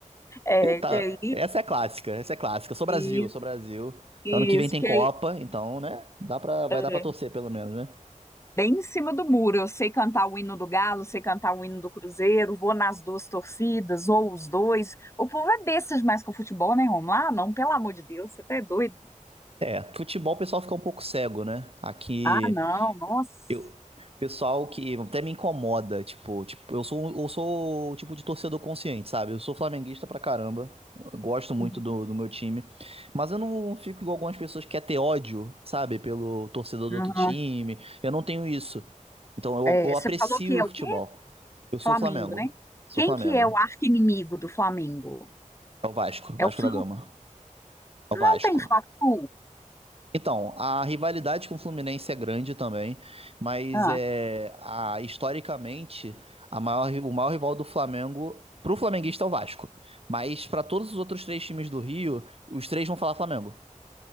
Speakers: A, on the left; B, on the right.
A: É,
B: Ih, tá.
A: que é
B: Essa é clássica, essa é clássica. Eu sou Brasil,
A: isso,
B: eu sou Brasil.
A: isso,
B: Ano que vem tem
A: que
B: Copa, então, né? Dá pra, vai
A: é,
B: dar pra torcer,
A: é,
B: pelo menos, né?
A: bem em cima do muro. Eu sei cantar o hino do Galo, sei cantar o hino do Cruzeiro, vou nas duas torcidas, ou os dois. O povo é besta demais com o futebol, né, Romulo? Ah, não, pelo amor de Deus, você tá é doido.
B: É, futebol o pessoal fica um pouco cego, né? Aqui
A: Ah, não, nossa.
B: Eu, pessoal que até me incomoda, tipo, tipo, eu sou, um- eu sou o tipo de torcedor consciente, sabe? Eu sou flamenguista pra caramba, eu gosto muito
A: Impressionante.
B: do, do meu time, mas eu não fico igual algumas pessoas que quer ter ódio, sabe? Pelo torcedor do outro
A: Aham.
B: time, eu não tenho isso. Então eu,
A: É,
B: eu
A: você
B: aprecio
A: falou que é
B: o
A: o
B: futebol.
A: quê?
B: Eu sou
A: Flamengo,
B: Flamengo,
A: né?
B: sou
A: Quem
B: Flamengo.
A: que é o arqui-inimigo do Flamengo?
B: É o Vasco, Vasco
A: É o Flu.
B: da Gama. É
A: Não
B: o Vasco.
A: tem Fla-Flu?
B: Então, a rivalidade com o Fluminense é grande também, mas
A: Ah.
B: é a, historicamente a maior, o maior rival do Flamengo pro flamenguista é o Vasco. Mas para todos os outros três times do Rio, os três vão falar Flamengo.